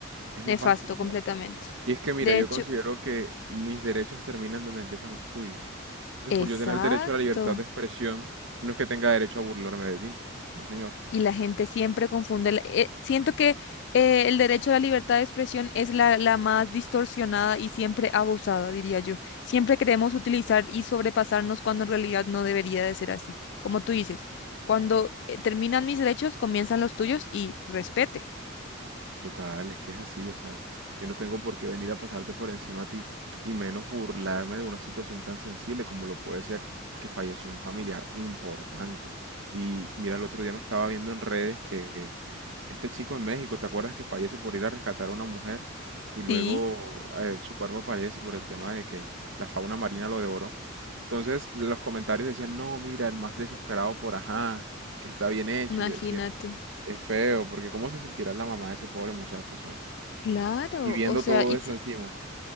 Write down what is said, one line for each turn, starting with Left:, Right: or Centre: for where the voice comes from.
Right: es
Left: Nefasto,
Right: nefasto.
Left: completamente.
Right: Y es que mira,
Left: De
Right: yo
Left: hecho,
Right: considero que mis derechos terminan donde empiezan los tuyos. Entonces,
Left: exacto.
Right: por yo tener derecho a la libertad de expresión, no es que tenga derecho a burlarme de ti. No, señor.
Left: y la gente siempre confunde. la- eh, siento que eh, el derecho a la libertad de expresión es la, la más distorsionada y siempre abusada, diría yo. Siempre queremos utilizar y sobrepasarnos cuando en realidad no debería de ser así. Como tú dices, cuando eh, terminan mis derechos, comienzan los tuyos y respete.
Right: Total, es que es así, o sea, yo no tengo por qué venir a pasarte por encima a ti y menos burlarme de una situación tan sensible como lo puede ser que falleció un familiar importante. Y mira, el otro día me estaba viendo en redes que este chico en México, ¿te acuerdas que fallece por ir a rescatar a una mujer y luego
Left: Sí,
Right: eh, su cuerpo aparece por el tema de que la fauna marina lo devoró? Entonces los comentarios decían, no, mira, el más desesperado por ajá, que está bien hecho.
Left: imagínate.
Right: Y yo decía, es feo, porque ¿cómo se sentirá la mamá de ese pobre muchacho? O sea,
Left: Claro,
Right: y viendo
Left: o sea,
Right: todo
Left: y,
Right: eso encima.